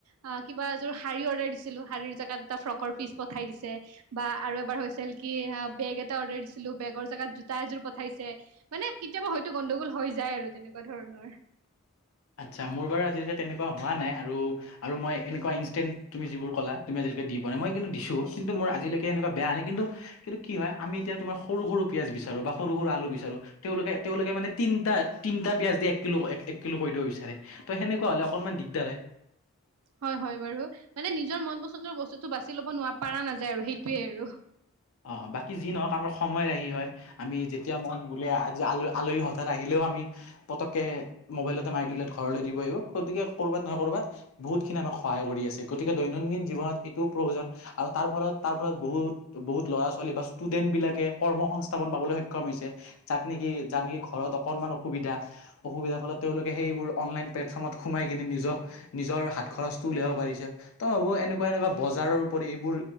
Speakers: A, on the right (about 75°); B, on the left (about 70°).
A: অ, কিবা এযোৰ শাৰী দিছিলো শাৰ জোত এটা ফ্ৰ পিচ পঠাই দি বা আৰু এ হৈ কি? বেগ এটা অৰ্ডাৰ দিছিলো বেগৰ যেগাত জোতা এযোৰ পঠাইছে, মানে কেতিয়াবা হয়তো গণ্ডগোল হৈ যায় আৰু তেনেকুৱা ধৰণৰ।
B: আচ্ছা, মোৰ বাৰু আজিলৈকে তেনেকুৱা হোৱা নাই আৰু মই এনেকুৱা ইনষ্টেণ্ট তুমি যিবোৰ কলা তুি প নাই মই কিন্তু দিছো কিন্তু মোৰ আজিলৈকে এনেুৱা বেয়া নাই কিন্তু কিন্তু কি হয় আমি এতিয়া তোমাৰ সৰু পিয়াজ, বিচাৰো বা সৰু-সৰু আলু, তেঁওলোকে-তেওঁলোকে মানে তিনটা-তিনটা পিয়াজ দি এককিলো-এককিলো কৰে কৈ দিব বিচাৰে ত সেনেকুৱা হলে অকনমান দিগদাৰ হয়।
A: হয়-হয় বাৰু মানে নিজৰ মন পছন্দৰ বস্তুটো বাছি ল'ব ন পৰাা নাযায় আৰু সেইটোয়ে আৰু।
B: অ, বাকী যি নহওক আমাৰ সময় ৰাহি হয়, আমি যেতিয়া মই বোলে আজি আল আলহী হঠাৎ আহিলে। তে আমি পতকে মোবাইলতে মাৰি দিব ঘৰলে দিব আহিব, গতিকে কৰবাত নহয়, কৰবাত বহুত খিনি, আমাক সহায় কৰি আছে গতিকে দৈনন্দিন জীৱনত এইটোও প্ৰয়োজন আৰু তাৰ ফলত, তাৰ ফলত বহুত। বহুত ল'ৰা ছোৱালী বা ষ্টুডেন্ট বিলাকে কৰ্ম সংস্থাপন পাবলৈ সক্ষম হৈছে যাক নেকি যাৰ নেকি ঘৰত, অকনমান অসুবিধা-অসুবিধাৰ ফলত তেওঁলোকে সেইবোৰ অনলাইন প্লেটফৰ্মত সোমাই কিনে নিজক নিজৰ, হাত খৰচটো উলিয়াব পাৰিছে তই ভাবো এনেকুৱা এনেকুৱা বজাৰৰ উপপৰি এইবোৰ